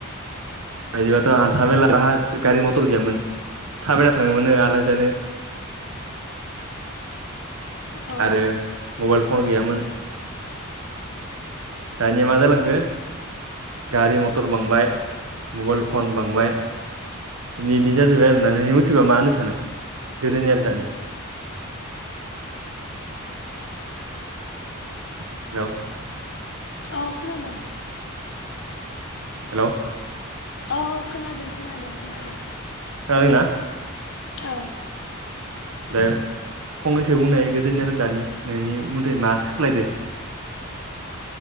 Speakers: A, on the right; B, on the left.
A: इदिबाथ' हान्था मेला हा गारि मथर गैयामोन थाबायना थांङोमोननो आलासि जानो <inaudible> <inaudible>
B: औ
A: आरो मबाइल फन गैयामोन दानिया मा जालांखो गारि मटर बांबाय मबाइल फन बांबाय इनि इदि जाजोबबाय आरोना नोंनि मथिबा मा होनो सानो गोदोनि आरो आदानि <inaudible> हेलौ
B: औ खोनदों
A: हेलौ
B: अ खोनादों खोनादों खोनादों
A: खोनादों ना
B: औ
A: दा फंनैसो बुंनाय गोदोनि आरो दानि नोंनि मथि मा सोलायदो